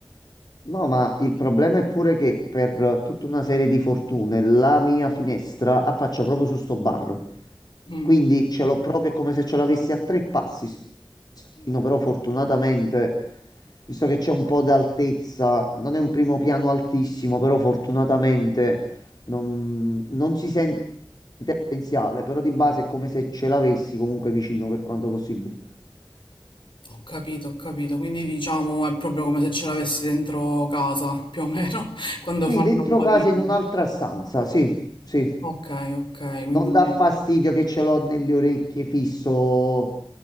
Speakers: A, on the left; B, on the left.
A: No, ma il problema è pure che per eh, tutta una serie di fortune la mia finestra affaccia proprio su sto bar.
B: Mm.
A: Quindi ce l'ho proprio è come se ce l'avessi a tre passi. sto Fino, però fortunatamente, visto che c'è un po' d'altezza, non è un primo piano altissimo, però fortunatamente non, non si sente potenziale, però di base è come se ce l'avessi comunque vicino per quanto possibile.
B: Ho capito, ho capito. Quindi diciamo è proprio come se ce l'avessi dentro casa, <laughs> più o meno, <laughs> quando
A: Sì,
B: fanno
A: dentro
B: un po'
A: casa
B: di rumore.
A: in un'altra stanza, sì, sì.
B: Ok, ok, quindi
A: Non dà fastidio che ce l'ho nelle orecchie fisso